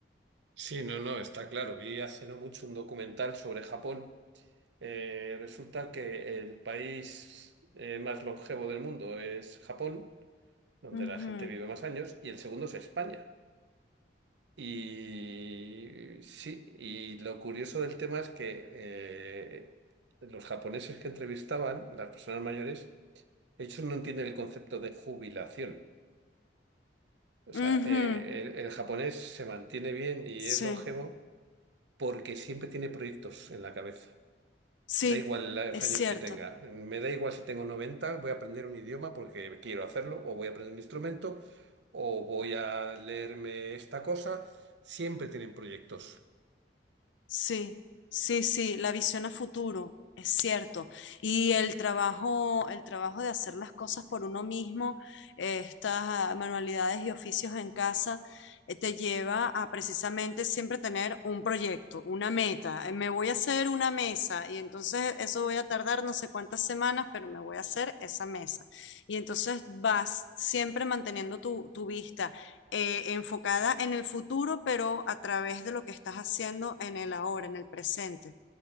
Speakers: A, on the right; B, on the left.
A: Sí, no, no, está claro. Vi hace no mucho un documental sobre Japón. Eh, resulta que el país eh, más longevo del mundo es Japón. donde
B: Ujú,
A: la gente vive más años, y el segundo es España. Y sí, y lo curioso del tema es que eh, los japoneses que entrevistaban, las personas mayores, ellos no entienden el concepto de jubilación. O
B: ujú,
A: sea, eh,
B: ujú.
A: el el japonés se mantiene bien y
B: Sí,
A: es longevo porque siempre tiene proyectos en la cabeza.
B: sí,
A: Da igual los
B: es
A: años
B: cierto.
A: que tenga. Me da igual si tengo 90, voy a aprender un idioma porque quiero hacerlo, o voy a aprender un instrumento, o voy a leerme esta cosa. Siempre tienen proyectos.
B: Sí, sí, sí, la visión a futuro, es cierto. Y el trabajo, el trabajo de hacer las cosas por uno mismo, eh, estas manualidades y oficios en casa, eh, te lleva a precisamente siempre tener un proyecto, una meta. Eh, me voy a hacer una mesa y entonces eso voy a tardar no sé cuántas semanas, pero me voy a hacer esa mesa. Y entonces vas siempre manteniendo tu, tu vista eh, enfocada en el futuro, pero a través de lo que estás haciendo en el ahora, en el presente.